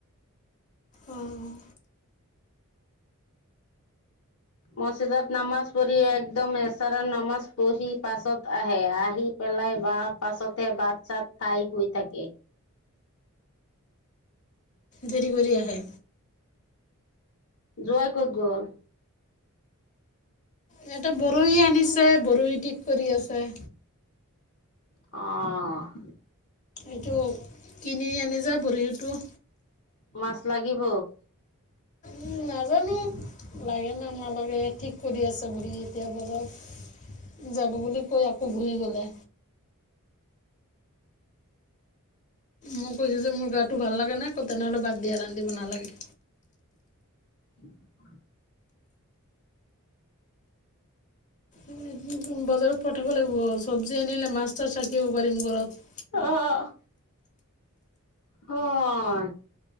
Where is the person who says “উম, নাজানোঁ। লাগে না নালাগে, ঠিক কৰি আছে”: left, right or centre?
Left